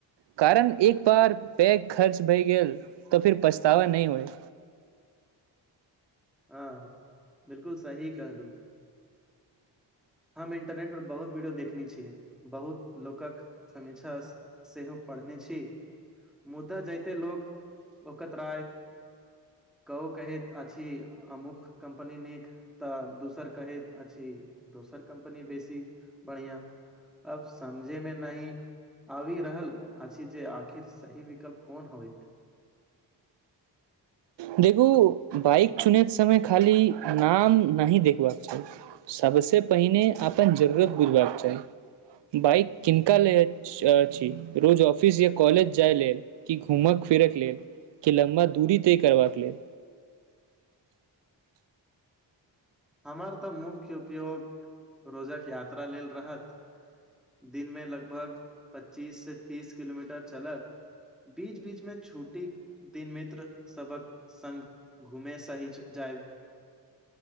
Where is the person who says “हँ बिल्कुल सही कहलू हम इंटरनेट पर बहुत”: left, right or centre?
Centre